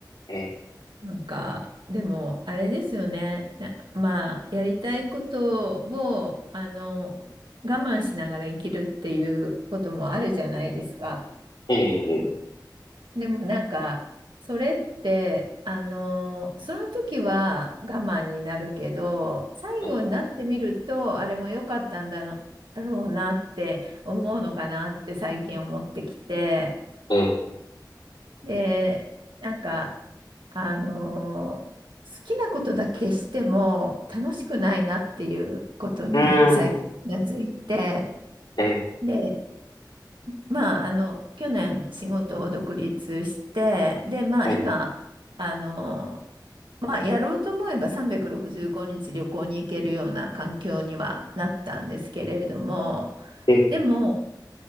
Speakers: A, on the left (about 80°); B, on the right (about 90°).
A: え
B: なんか、でも、あれですよね。な、まあ、やりたいことを、あの、我慢しながら生きるっていうこともあるじゃないですか。
A: え、ええ、ええ。
B: でも、なんか、それって、あの、その時は我慢になるけど、最後になってみると、
A: え
B: あれも良かったんだろだろうなって思うのかなって最近思ってきて。
A: え、
B: で、なんか、あのー好きなことだけしても楽しくないなっていうことに最近気がついて、
A: うん、ええ、
B: で、まあ、あの、去年仕事を独立して、で、まあ、
A: ええ、
B: 今、あのーまあ、やろうと思えば365日旅行に行けるような環境にはなったんですけれども、
A: ええ、
B: でも、